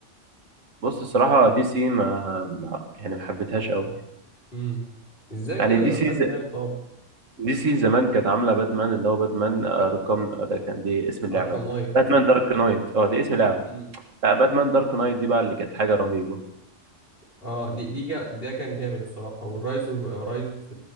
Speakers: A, on the right; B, on the left.
A: بص الصراحه دي سي ما ما- يعني ما حبيتهاش قوي
B: امم ازاي
A: يعني
B: كده
A: دي
B: ده
A: سي
B: باتمان
A: ز...
B: طب
A: دي سي زمان كانت عامله باتمان اللي هو باتمان ارقام ده كان دي اسم اللعبه
B: اركام نايت
A: باتمان دارك نايت اه دي اسم لعبه
B: امم
A: لا باتمان دارك نايت دي بقى اللي كانت حاجه رهيبه
B: اه دي دي جا... ده كان جامد الصراحه والرايز اوف رايز